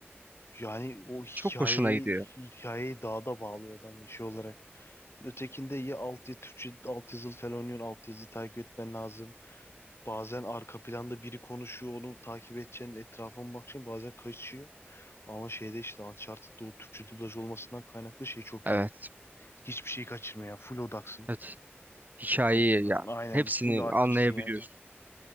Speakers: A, on the left (about 70°); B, on the right (about 40°).
A: Yani o hikayeyi
B: Çok hoşuna gidiyor.
A: hikayeyi daha da bağlıyor adamı şey olarak. Ötekinde ya alt ya Türkçe alt yazılı falan oynuyorsun. Alt yazıyı takip etmen lazım. Bazen arka planda biri konuşuyor onu takip edeceksin. Etrafına bakacaksın bazen kaçıyor. Ama şeyde işte Uncharted'da o Türkçe dublaj olmasından kaynaklı şey çok
B: Evet.
A: iyiydi. Hiçbir şeyi kaçırmıyor ya. Full odaksın.
B: Evet. Hikayeyi
A: Çok,
B: ya
A: aynen
B: hepsini
A: full hakimsin
B: anlayabiliyorsun.
A: yani.